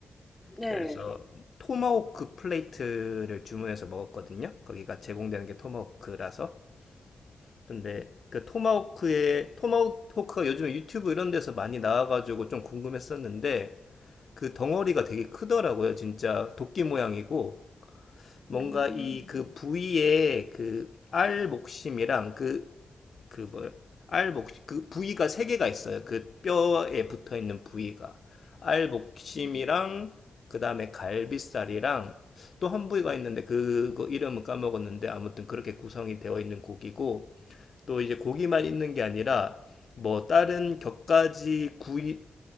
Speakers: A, in the centre; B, on the left.
A: 네.
B: 그래서 토마호크 플레이트를 주문해서 먹었거든요. 거기가 제공되는 게 토마호크라서. 근데 그 토마호크의 토마호크가 요즘에 유튜브 이런 데서 많이 나와가지고 좀 궁금했었는데 그 덩어리가 되게 크더라고요. 진짜 도끼 모양이고
A: 음,
B: 뭔가 이 그 부위에 그 알 목심이랑 그 그뭐알 목심 그 부위가 세 개가 있어요. 그 뼈에 붙어 있는 부위가 알 목심이랑
A: 음.
B: 그 다음에 갈비살이랑 또 한 부위가 있는데 그거 이름은 까먹었는데 아무튼 그렇게 구성이 되어 있는 고기고 또 이제 고기만 있는 게 아니라 뭐 다른 곁가지 구이